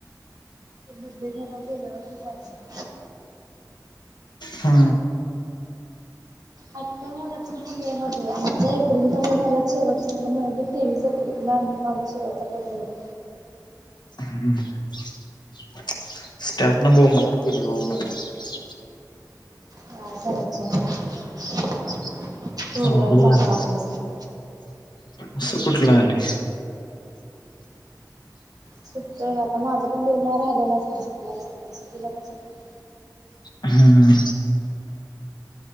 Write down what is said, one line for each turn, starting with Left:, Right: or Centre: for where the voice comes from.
Right: ते बड्डे झाला तेरा वर्षाचं झालं
Left: हा
Right: आत्ता मला तुमच मे ध्ये आता एप्रिल मध्ये झाला शेवटच्याला म्ह तेवीस एप्रिलला माझा शेवटचा पेपर होता
Left: ह स्टारटनं बोंबाबोंब केलीव
Right: काय करायचं आता सोडवायचा
Left: अवघड झालं
Right: आता अभ्यास तर
Left: असं कुठलं आले
Right: सुटतय आता माझं पण बेंगळा राहिलेलाच ना सुटलाच त तस तिला पण सुटत
Left: हम्